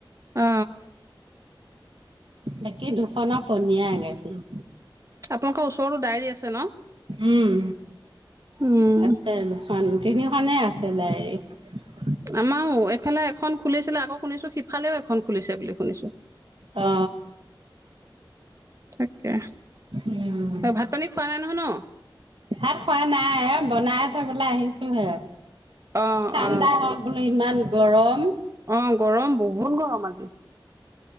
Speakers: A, on the right; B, on the right.
A: অ।
B: বাকী দুখনৰ পনীয়াই গাখিৰ।
A: আপোনালোকৰ ওচৰতো ডায়েৰী আছে ন?
B: উম,
A: উম
B: আছে আৰু এখন, তিনিখনেই আছে ডায়েৰী।
A: আমাও, এইফালে এখন খুলিছিলে আকৌ শুনিছো সিফালেও এখন খুলিছে বুলি শুনিছো।
B: অ
A: <unintelligible> তেহ,
B: উম,
A: তই ভাত-পানী খোৱা নাই নহয় ন?
B: ভাত খোৱা নাই এ বনাই থৈ পেলাই আহিছো হে।
A: অ
B: ঠাণ্ডা
A: অ
B: হওঁক বোলো ইমান গৰম।
A: অ গৰম বহু বহুত গৰম আজি।